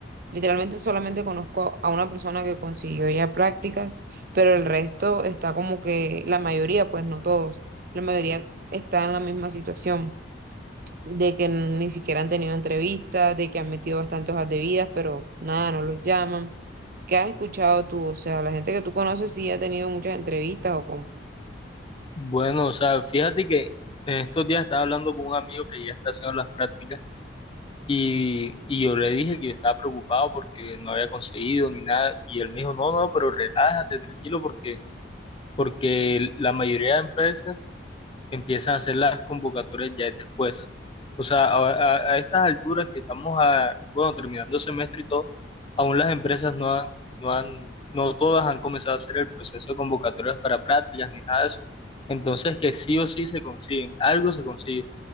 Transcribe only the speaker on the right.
literalmente solamente conozco a una persona que consiguió ya prácticas, pero el resto está como que la mayoría, pues no todos, la mayoría está en la misma situación de que ni siquiera han tenido entrevistas, de que han metido bastantes hojas de vidas, pero nada, no los llaman. ¿Qué has escuchado tú? O sea, la gente que tú conoces sí ha tenido muchas entrevistas o con...